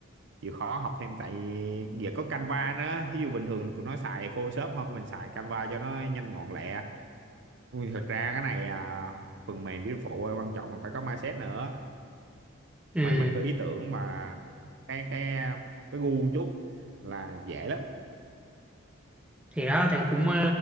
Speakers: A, on the right (about 55°); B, in the centre.
A: chịu khó học thêm tại vì giờ có Canva nữa ví dụ bình thường tụi nó xài Photoshop thôi mình xài Canva cho nó nhanh gọn lẹ thực ra cái này à, phần mềm với phụ quan trọng là phải có mindset nữa
B: ừ
A: hoặc mình có ý tưởng mà cái cái cái gu một chút là dễ lắm
B: thì đó thì cũng ờ,